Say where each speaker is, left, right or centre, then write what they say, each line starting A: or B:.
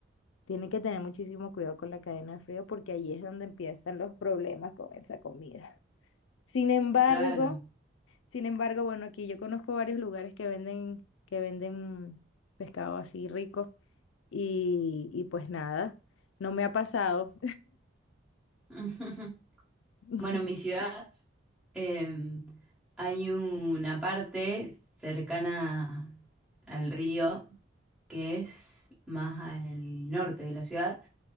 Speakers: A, on the left; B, in the centre.
A: Tienen que tener muchísimo cuidado con la cadena de frío porque allí es donde empiezan los problemas con esa comida. Sin embargo,
B: Claro.
A: sin embargo, bueno, aquí yo conozco varios lugares que venden, que venden pescado así rico y, y pues nada, no me ha pasado.
B: <laughs>
A: <laughs>
B: Bueno, en mi ciudad em, hay una parte cercana al río que es más al norte de la ciudad,